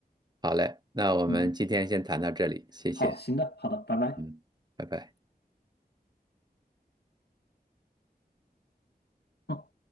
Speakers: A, on the right (about 25°); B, on the left (about 85°).
A: 好嘞，那我们今天先谈到这里，
B: 嗯，
A: 谢谢，
B: 好，行的，好的，拜拜。
A: 嗯，拜拜。
B: 嗯。